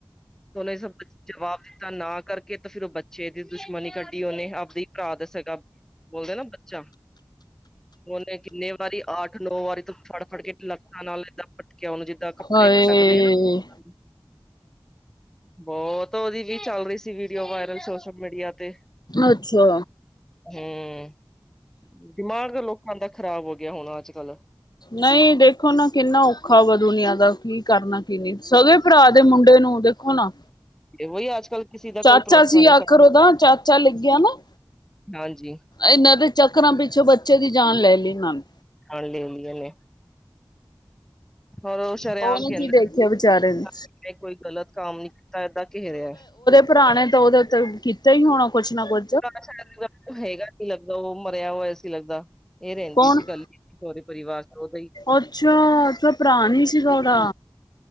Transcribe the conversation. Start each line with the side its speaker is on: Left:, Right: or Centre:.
Centre: ਉਹਨੇ ਸਭ ਕੁ ਜਵਾਬ ਦ ਦਿੱਤਾ ਨਾ ਕਰਕੇ ਤੇ ਫਿਰ ਓ ਬੱਚੇ ਦੀ ਦੁਸ਼ਮਣੀ ਕੱਢੀ ਉਹਨੇ ਆਪਦੇ ਈ ਭਰਾ ਦਾ ਸਗਾ ਬੋਲਦਾ ਨਾ ਬੱਚਾ ਉਹਨੇ ਕਿੰਨੇ ਵਾਰੀ ਅੱਠ ਨੌ ਵਾਰੀ ਤੋਂ ਫੜ-ਫੜ ਕੇ ਲੱਤਾਂ ਨਾਲ ਏਦਾਂ ਪਟਕਿਆ ਉਹਨੂੰ ਜਿਦਾਂ ਜਿਦਾਂ ਕੱਪੜੇ
Left: ਹਾਏ
Centre: ਪਟਕਦੇ ਆ ਨਾ ਬੋਤ ਉਹਦੀ ਵੀ ਚੱਲ ਰਈ ਸੀ ਵੀਡੀਓ ਵਾਇਰਲ ਸੋਸ਼ਲ ਮੀਡੀਆ ਤੇ
Left: ਅੱਛਾ
Centre: ਹੂੰ ਦਿਮਾਗ ਲੋਕਾਂ ਦਾ ਖ਼ਰਾਬ ਹੋ ਗਿਆ ਹੁਣ ਅੱਜ-ਕੱਲ੍ਹ
Left: ਨਈ ਦੇਖੋ ਨਾ ਕਿੰਨਾ ਔਖਾ ਵਾ ਦੁਨੀਆਂ ਦਾ ਕੀ ਕਰਨਾ ਕੀ ਨਈ। ਸਗੇ ਭਰਾ ਦੇ ਮੁੰਡੇ ਨੂੰ ਦੇਖੋ ਨਾ
Centre: ਵਹੀ ਅੱਜ-ਕਲ ਕਿਸੀ ਦਾ
Left: ਚਾਚਾ
Centre: ਕੋਈ ਭਰੋਸਾ
Left: ਸੀ
Centre: ਨੀ
Left: ਆਖਰ
Centre: <unintelligible>
Left: ਉਹਦਾ ਚਾਚਾ ਲੱਗਿਆ ਨਾ
Centre: ਹਾਂਜੀ।
Left: ਇਹਨਾਂ ਦੇ ਚੱਕਰਾਂ ਵਿਚ ਬੱਚੇ ਦੀ ਜਾਨ ਲੈ ਲਈ ਇਨਾਂ ਨੇ
Centre: ਹਾਂ ਲੈ ਲਈ ਏ ਨੇ। ਹੋਰ ਓ ਸ਼ਰੇਆਮ
Left: ਉਹਨੇ
Centre: ਕੈਂਦ
Left: ਕੀ ਦੇਖਿਆ
Centre: <unintelligible>
Left: ਵਿਚਾਰੇ ਨੇ
Centre: ਕੋਈ ਗਲਤ ਕੰਮ ਨੀ ਕੀਤਾ ਏਦਾਂ ਘੇਰਿਆ।
Left: ਪੁਰਾਣੇ ਤਾਂ ਉਹਦੇ ਉੱਤੇ ਕਿਤੇ ਹੀ ਹੋਣਾ ਕੁਛ ਨਾ ਕੁ
Centre: <unintelligible> ਹੈਗਾ ਸੀ ਲੱਗਦਾ ਓ ਮਰਿਆ ਹੋਇਆ ਸੀ ਲੱਗਦਾ। ਇਹ ਰੈਂਦੀ
Left: ਕੌਣ
Centre: ਸੀ ਕੱਲੀ ਦੇ ਪਰਿਵਾਰ ਉਥੇ ਹੀ
Left: ਅੱਛਾ ਸ ਭਰਾ ਨਈ ਸੀਗਾ ਉਹਦਾ